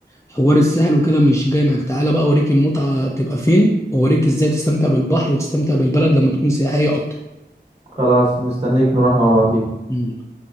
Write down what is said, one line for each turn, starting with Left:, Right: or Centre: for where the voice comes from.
Left: حوار الساحل وكده مش جاي معاك تعالى بقى اوريك المتعة تبقى فين واوريك ازاي تستمتع بالبحر وتستمتع بالبلد لما تكون سياحية اكتر
Right: خلاص مستنيك نروح مع بعضين
Left: مم.